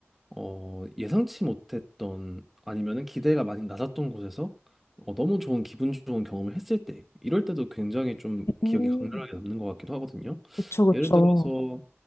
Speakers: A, in the centre; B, on the left (about 65°).
A: 어, 예상치 못했던 아니면은 기대가 많이 낮았던 곳에서 어, 너무 좋은 기분 좋은 경험을 했을 때 이럴 때도 굉장히 좀
B: 음.
A: 기억에 강렬하게 남는 것 같기도 하거든요.
B: 그쵸, 그쵸.
A: 예를 들어서